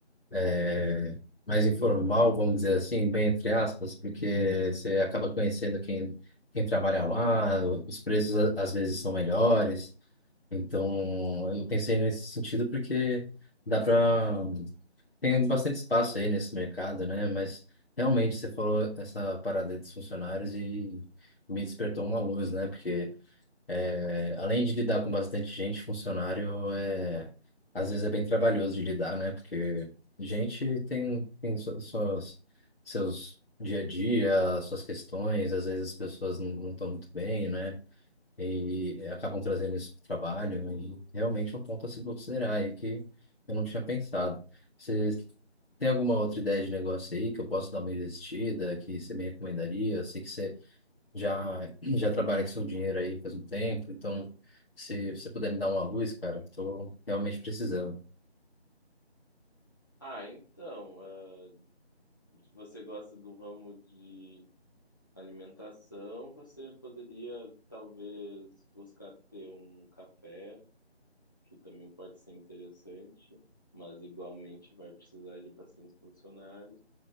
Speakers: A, on the left; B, on the left.
A: é, mais informal, vamos dizer assim, bem entre aspas, porque você acaba conhecendo quem, quem trabalha lá, os preços a- às vezes são melhores. Então, eu pensei nesse sentido porque dá para tem bastante espaço aí nesse mercado, né? Mas realmente você falou essa parada aí dos funcionários e me despertou uma luz, né? Porque é, além de lidar com bastante gente, funcionário é às vezes é bem trabalhoso de lidar, né? Porque gente tem tem su- suas seus dia a dia, suas questões, às vezes as pessoas não estão muito bem, né? e acabam trazendo isso para o trabalho, né, e realmente é um ponto a se considerar e que eu não tinha pensado. Você tem alguma outra ideia de negócio aí que eu posso dar uma investida, que você me recomendaria? Eu sei que você já, já trabalha com seu dinheiro aí faz um tempo, então se você puder me dar uma luz, cara, estou realmente precisando.
B: Ah, então, ah, você gosta do ramo de Alimentação, você poderia talvez buscar ter um café, que também pode ser interessante, mas igualmente vai precisar de bastante funcionários.